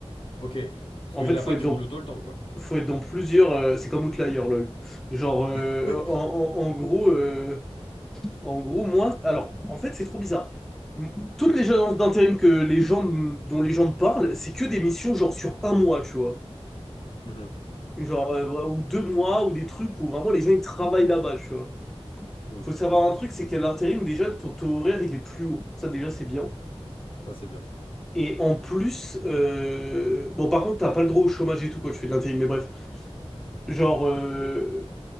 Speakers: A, on the left; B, in the centre.
A: ok. Parce
B: En
A: qu'il
B: fait,
A: n'y a
B: faut
A: pas
B: être
A: du
B: dans
A: boulot tout le temps, quoi.
B: Faut être dans plusieurs. euh, c'est comme Outlier, lol. Genre, euh,
A: <laughs>
B: en, en- en gros, euh, en gros, moi, alors, en fait, c'est trop bizarre. M- Toutes les agences d'intérim que les gens, m- dont les gens me parlent, c'est que des missions genre sur un mois, tu vois.
A: Mhm,
B: Genre, euh, ou deux mois, ou des trucs où vraiment les gens ils travaillent là-bas, tu vois.
A: mhm.
B: Faut savoir un truc, c'est qu'à l'intérim, déjà, ton taux horaire il est plus haut. Ça, déjà, c'est bien.
A: Ah, c'est bien.
B: Et en plus, euh, bon, par contre, t'as pas le droit au chômage et tout quand tu fais de l'intérim, mais bref. Genre, euh,